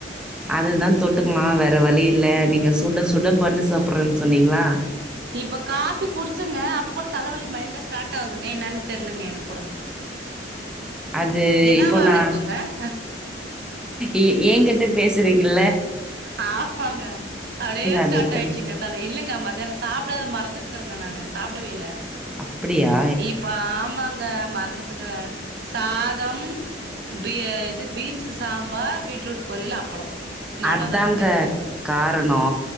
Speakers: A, in the centre; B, on the right.
A: அது தா தொட்டுக்குமா வேற வழி இல்ல நீங்க சுட சுட பன்னு சாப்புறன்னு சொன்னீங்களா
B: இப்ப காஃபி குடிச்சங்க அப்போ கூட தலவலி மைல்டா ஸ்டார்ட் ஆகுதுங்க என்னான்னு தெர்லங்க எனக்கு கூடோ
A: அது
B: என்னவா
A: இப்போ நா
B: இருக்குங்க ஆ
A: ஏ ஏ கிட்ட பேசுறீங்கள
B: ஆமாங்க அப்டியே
A: அதத்தல்
B: ஸ்டார்ட் ஆயிச்சுங்க தல இல்லங்க மத்யானோ சாப்டாத மறந்துட்டுகுறங்க நானு சாப்டவேல
A: அப்புடியா
B: இப்ப ஆமாங்க மறதுட்டுக்குற சாதம் பியா இது பீன்ஸு சாம்பார் பீட்ரூட் பொரியல் அப்பளோ நா
A: அதாங்க
B: அவ்ளோதாங்க செஞ்சே
A: காரணோ